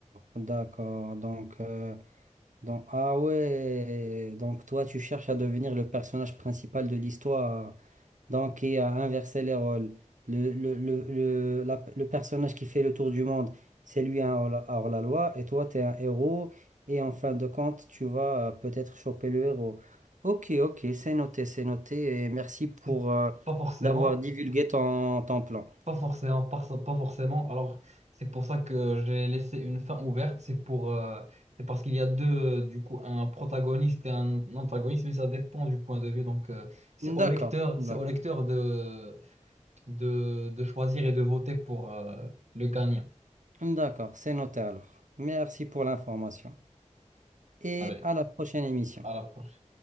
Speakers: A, on the right (about 85°); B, on the right (about 65°).
A: D'accord. Donc, euh, donc, ah ouais. Donc toi, tu cherches à devenir le personnage principal de l'histoire. Donc, il a inversé les rôles. Le, le, le, le, la- le personnage qui fait le tour du monde, c'est lui un hors- hors-la-loi, et toi, tu es un héros, et en fin de compte, tu vas euh, peut-être choper le héros. Ok, ok, c'est noté, c'est noté, et merci pour
B: C'est
A: euh,
B: Pas forcément.
A: d'avoir divulgué ton, ton plan.
B: Pas forcément, pas, pas forcément. Alors, c'est pour ça que j'ai laissé une fin ouverte. C'est pour, euh, c'est parce qu'il y a deux, du coup, un protagoniste et un antagoniste, mais ça dépend du point de vue. Donc, euh, c'est
A: D'accord,
B: au lecteur,
A: d'accord,
B: c'est au lecteur de, de, de choisir et de voter pour, euh, le gagnant.
A: d'accord, c'est noté alors. Merci pour l'information, et
B: Allez,
A: à la prochaine émission.
B: à la prochaine.